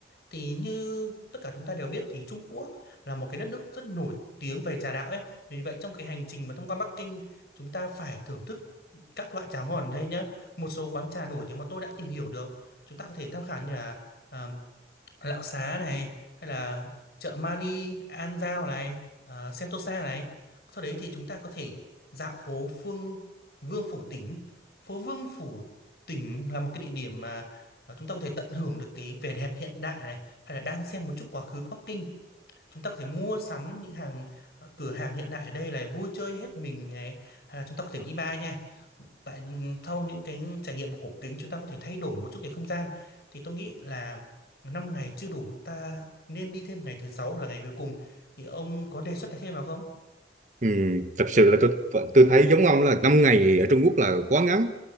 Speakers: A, on the left; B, on the right.
A: Thì như tất cả chúng ta đều biết thì Trung Quốc là một cái đất nước rất nổi tiếng về trà đạo ấy. Vì vậy trong cái hành trình mà thông qua Bắc Kinh chúng ta phải thưởng thức các loại trà ngon ở đây nhá. Một số quán trà nổi tiếng mà tôi đã tìm hiểu được chúng ta có thể tham khảo như là ờ, Lão Xá này hay là chợ Mani An Giao này ờ, Sentosa này sau đấy thì chúng ta có thể dạo phố Phương Vương Phủ Tỉnh phố Vương Phủ Tỉnh là một cái địa điểm mà ờ, chúng ta có thể tận hưởng được cái vẻ đẹp hiện đại này hay là đang xem một chút quá khứ của Bắc Kinh chúng ta có thể mua sắm những hàng ờ, cửa hàng hiện đại ở đây này vui chơi hết mình này hay là chúng ta có thể đi bar nha tại sau những cái trải nghiệm của cổ kính chúng ta có thể thay đổi một chút cái không gian thì tôi nghĩ là 5 ngày chưa đủ chúng ta nên đi thêm ngày thứ sáu là ngày cuối cùng thì ông có đề xuất thêm nào không
B: Ừm, thật sự là tôi tôi thấy giống ông là 5 ngày ở Trung Quốc là quá ngắn